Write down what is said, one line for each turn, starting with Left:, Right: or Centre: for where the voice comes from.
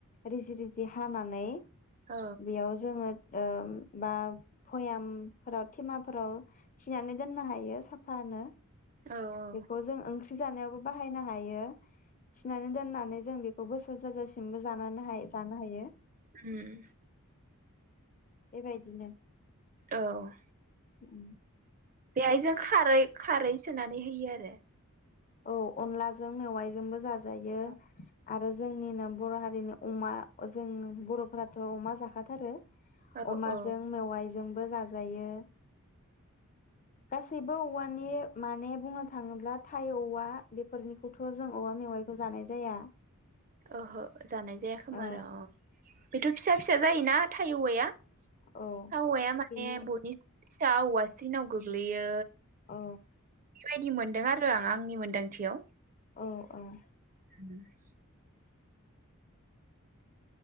Left: रिजि रिजि हानानै
Right: औ
Left: बेयाव जोङो बा भयामफोराव थेमाफोराव थिनानै दोननो हायो साफानो।
Right: औ औ
Left: बेखौ जों ओंख्रि जानायावबो बाहायनो हायो थिनानै दोननानै जों बेखौ बोसोर जाजासिमबो जाजा जानो हायो।
Right: उम उम
Left: ए बायदि नो।
Right: औ
Left: उम।
Right: बेहाय जों खारै-खारै सोनानै होयो आरो।
Left: औ अनलाजों मेवाइजोंबो जाजायो
Right: आरो
Left: आरो जोंनिनो बर' हारिनि अमा जों बर'फोराथ अमा जाखाथारो।
Right: औ
Left: अमाजों
Right: औ
Left: मेवाइ जोंबो जाजायो। गासैबो औवानि माने बुंनो थाङोब्ला थाइ औवा बेफोरनिखौथ' जों औवा मेवाइखौ जानाय जाया।
Right: ओहो जानाय जाया खोमा
Left: औ
Right: आरो अ बेथ' फिसा फिसा जायोना। थाइ औवाया
Left: औ
Right: थाइ औवाया माने
Left: बिनि
Right: बयनि फिसा औवासिनाव गोग्लैयो।
Left: औ।
Right: बेबायदि मोनदों आरो आं आंनि मोनदांथियाव।
Left: औ औ
Right: <inaudible>